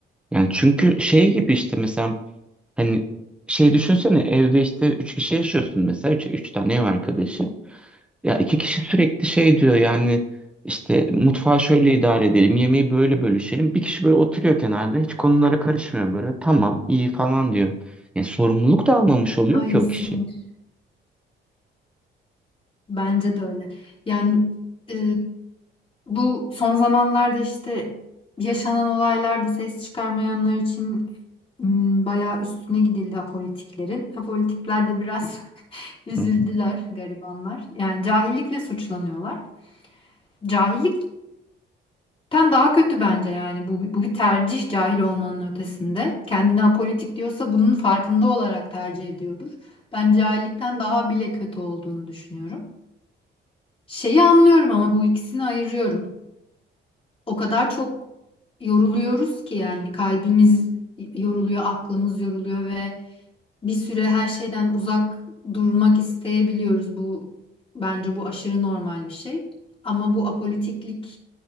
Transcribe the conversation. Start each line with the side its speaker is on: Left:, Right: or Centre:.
Centre: Yani çünkü şey gibi işte mesela hani şey düşünsene evde işte üç kişi yaşıyorsun mesela üç, üç tane ev arkadaşı. Ya iki kişi sürekli şey diyor yani işte mutfağı şöyle idare edelim, yemeği böyle bölüşelim. Bir kişi böyle oturuyor kenarda hiç konulara karışmıyor böyle. Tamam iyi falan diyor. Yani sorumluluk da almamış oluyor
Left: Ay
Centre: ki o
Left: sinir.
Centre: kişi.
Left: Bence de öyle. Yani e, Bu son zamanlarda işte yaşanan olaylarda ses çıkarmayanlar için m, bayağı üstüne gidildi apolitiklerin. Apolitikler de biraz <laughs> üzüldüler
Centre: Hı hı.
Left: garibanlar. Yani cahillikle suçlanıyorlar. Cahillikten daha kötü bence yani bu, bu bir tercih cahil olmanın ötesinde. Kendini apolitik diyorsa bunun farkında olarak tercih ediyordur. Ben cahillikten daha bile kötü olduğunu düşünüyorum. Şeyi anlıyorum ama bu ikisini ayırıyorum. o kadar çok yoruluyoruz ki yani kalbimiz yoruluyor, aklımız yoruluyor ve bir süre her şeyden uzak durmak isteyebiliyoruz. Bu bence bu aşırı normal bir şey. Ama bu apolitiklik